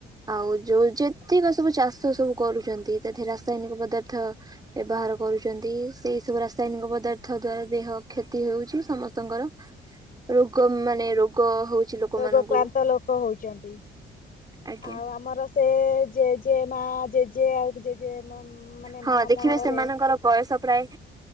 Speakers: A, on the right; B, on the left.
A: ଆଉ ଯୋଉ ଯେତିକ ସବୁ ଚାଷ ସବୁ କରୁଛନ୍ତି ତା ଧିଏରେ ରାସାୟନିକ ପଦାର୍ଥ। ବ୍ୟବହାର କରୁଛନ୍ତି ସେଇ ସବୁ ରାସାୟନିକ ପଦାର୍ଥ ଦ୍ଵାରା ଦେହ କ୍ଷତି ହଉଛି ସମସ୍ତଙ୍କର। ରୋଗ ମାନେ ରୋଗ ହଉଛି। ଲୋକମାନଙ୍କୁ
B: ରୋଗ କ୍ରନ୍ତ ଲୋକ ହଉଛନ୍ତି
A: ଆଜ୍ଞା
B: ଆଉ ଆମର। ସେ ଜେଜେ ମା ଜେଜେ ଆଉ ଜେଜେ ମା ମାନେ
A: ହଁ
B: ମା
A: ଦେଖିବେ
B: ଅମଳ
A: ସେମାନଙ୍କର
B: ରେ।
A: ବୟସ ପ୍ରାୟ